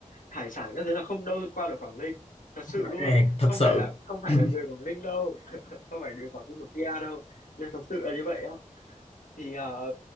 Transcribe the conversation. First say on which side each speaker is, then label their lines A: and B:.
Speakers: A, on the left (about 85°); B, on the left (about 45°).
A: hải sản các thứ là không đâu qua được Quảng Ninh thật sự
B: Rõ
A: luôn
B: ràng, thật
A: không
B: sự.
A: phải là không
B: <laughs>
A: phải là người Quảng Ninh đâu <laughs> không phải người Quảng Ninh của kia đâu nhưng mà thật sự là như vậy á thì ờ,